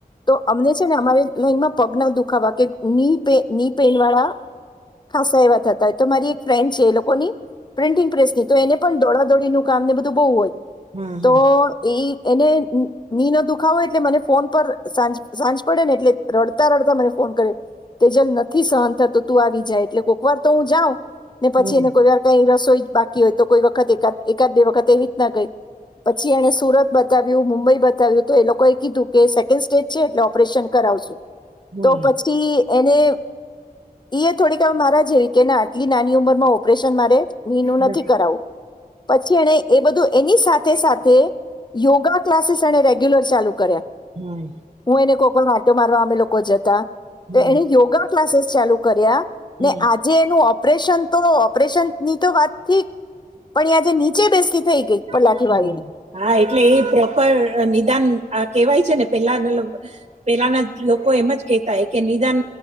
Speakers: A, on the left; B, on the right.
A: તો અમને છે ને અમારે લાઈનમાં પગના દુખાવા કે ની પેન વાળા ખાસા એવા થતા હોય તો મારી એક ફ્રેન્ડ છે એ લોકો ની પ્રિન્ટિંગ પ્રેસની તો એને પણ દોડાદોડીનું કામને બધું બહુ હોય
B: હમ હમ
A: તો એ એને મી નો દુખાવોય એટલે મને ફોન પરંજ સાંજ પડે ને એટલે રડતા રડતા મને ફોન કરે તેજલ નથી સહન થતો તું આવી જાય એટલે કોઈક વાર તો હું જાઉં ને પછી
B: હમ
A: એને કોઈ વાર કઈ રસોઈ. બાકી હોય તો કોઈ વખત એકાદ એકાદ બે વખત એવી જ ના ગઈ. પછી એણે સુરત બતાવ્યું મુંબઈ બતાવ્યું તો એ લોકોએ કીધું કે સેકન્ડ સ્ટેજ છે એટલે ઓપરેશન કરાવશું.
B: હમ
A: તો પછી એને ઈ એ થોડીક મારા જેવી કે ને આટલી નાની ઉંમર માં ઓપરેશન મારે નિનું
B: હમ
A: નથી કરાવું પછી એને એ બધું એની સાથે સાથે યોગા ક્લાસીસ એ રેગ્યુલર ચાલુ કર્યા.
B: હમ.
A: હું એને કોક વાટો મારવા અમે લોકો જતા
B: હમ
A: તો એને યોગા ક્લાસીસ ચાલુ કર્યા.
B: હમ
A: ને આજે એનું ઓપરેશન તો ઓપરેશન ની તો વાત થી. પણ એ આજે નીચે બેસતી થઈ ગઈ. પલાઠી
B: હ
A: વાળીને
B: હા એટલે એ પ્રોપર નિદાન આ કેવાય છે ને પેલા પેલાના લોકો એમ જ કેતા હ કે નિદાન.